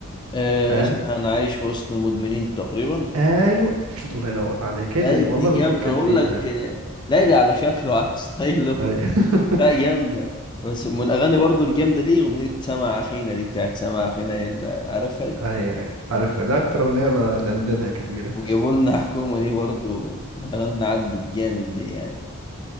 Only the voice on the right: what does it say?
فاهم
ايوه <sniffs> الله ينور عليك
هي دي اللي-
والله
بفكر
فيها
اي <laughs>
اي أي، عارفها ده اكتر
اغنيه بدندنها كتير